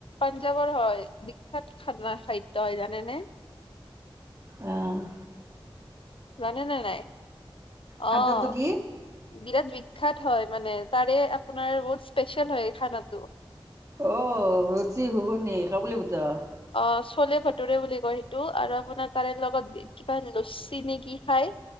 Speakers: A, on the left; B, on the right.
A: পাঞ্জাৱৰ হয় বিখ্যাত খানা খাদ্য হয় জানেনে?
B: অঁ।
A: জানেনে নাই?
B: খাদ্যটো
A: অ'
B: কি
A: বিৰাট বিখ্যাত হয় মানে। তাৰে আপোনাৰ বহুত স্পেচিয়েল হয় খানাটো।
B: অ' ৰুটি শুবনি খাবলৈ ভিতৰ <inaudible>
A: অ চলে ভটোৰে বুলি কয় সেইটো আৰু আপোনাৰ তাৰে লগত কিবা লুচী নে কি খায়?